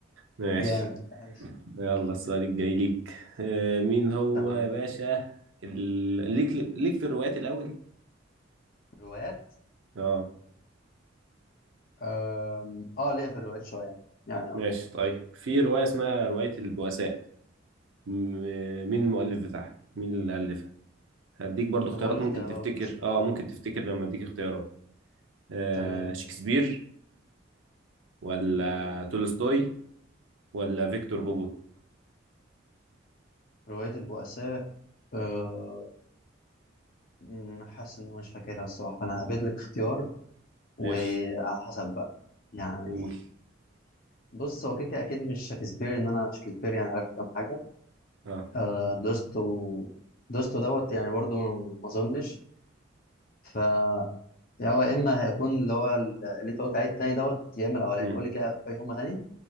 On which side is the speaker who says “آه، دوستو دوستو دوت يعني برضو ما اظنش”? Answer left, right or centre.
Left